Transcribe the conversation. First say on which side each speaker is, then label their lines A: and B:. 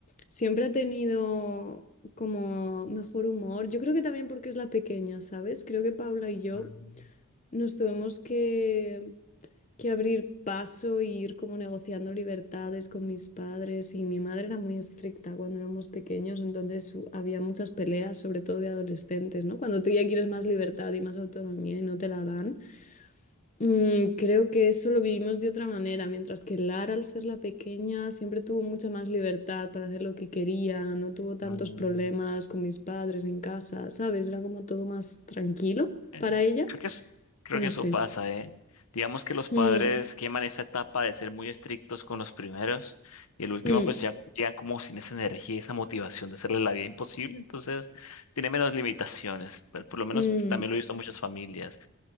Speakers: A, on the left; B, on the left.
A: Siempre ha tenido como mejor humor. Yo creo que también porque es la pequeña, ¿sabes? Creo que Paula y yo
B: Mm,
A: nos tuvimos que que abrir paso y ir como negociando libertades con mis padres. Y mi madre era muy estricta cuando éramos pequeños, entonces hu- había muchas peleas, sobre todo de adolescentes, ¿no? Cuando tú ya quieres más libertad y más autonomía y no te la dan. Mm, creo que eso lo vivimos de otra manera, mientras que Lara, al ser la pequeña, siempre tuvo mucha más libertad para hacer lo que quería, no tuvo tantos
B: mm,
A: problemas con mis padres en casa, ¿sabes? Era como todo más tranquilo
B: eh,
A: para ella.
B: creo que es- creo
A: No
B: que eso
A: sé.
B: pasa, ¿eh? Digamos que los
A: Mm,
B: padres queman esa etapa de ser muy estrictos con los primeros y el último
A: mm,
B: pues ya llegan como sin esa energía y esa motivación de hacerle la vida imposible, entonces tiene menos limitaciones, pero por lo menos
A: mm.
B: también lo he visto en muchas familias.